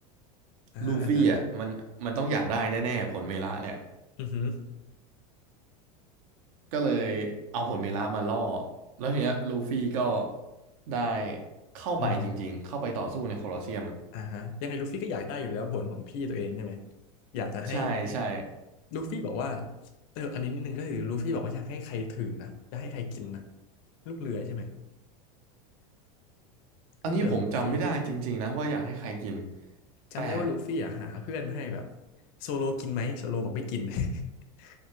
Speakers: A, on the left (about 50°); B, on the right (about 70°).
A: อ่าฮะอ่าฮะ
B: ลูฟี่อ่ะมันมันต้องอยากได้แน่ๆผลเมละเนี่ย
A: อือฮึอ
B: ก็เลยเอาผลเมละมาล่อแล้วทีเนี้ยลูฟี่ก็ได้เข้าไปจริงๆเข้าไปต่อสู้ในโคลอสเซียม
A: ือฮึออ่าฮะยังไงลูฟี่ก็อยากได้อยู่แล้วผลของพี่ตัวเองใช่ไหมอยากจะให้
B: ใช่ใช่
A: ลูฟี่บอกว่าเอออันนี้นิดนึงก็คือลูฟี่บอกว่าอยากให้ใครถือนะจะให้ใครกินนะลูกเรือใช่ไหม
B: อันนี้ผมจำไม่ได้จริงๆนะว่าอยากให้ใครกิน
A: ลูกเรือของลูฟี่จำได้ว่าลูฟี่อ่ะหาเพื่อนให้แบบ
B: แต่
A: โซโลกินไหมโซโลบอกไม่กิน <laughs>